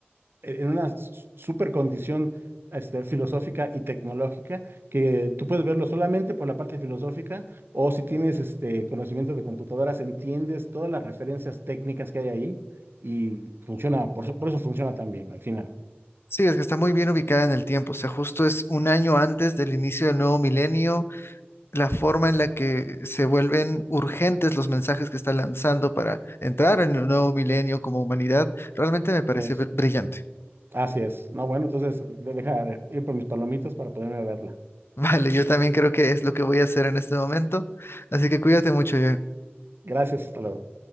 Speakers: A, on the right; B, on the left.
A: e-, en una s- super condición este, filosófica y tecnológica que tú puedes verlo solamente por la parte filosófica o si tienes este conocimiento de computadoras, entiendes todas las referencias técnicas que hay ahí y funciona, por, eso por eso funciona tan bien al final.
B: sí, es que está muy bien ubicada en el tiempo. O sea, justo es un año antes del inicio del nuevo milenio. la forma en la que se vuelven urgentes los mensajes que está lanzando para entrar en un nuevo milenio como humanidad, realmente me parece
A: Entonces,
B: br- brillante.
A: así es. No, bueno, entonces de- deja ir por mis palomitas para poderme verla.
B: <laughs> Vale, yo también creo que es lo que voy a hacer en este momento. Así que cuídate mucho, yo.
A: Gracias, hasta luego.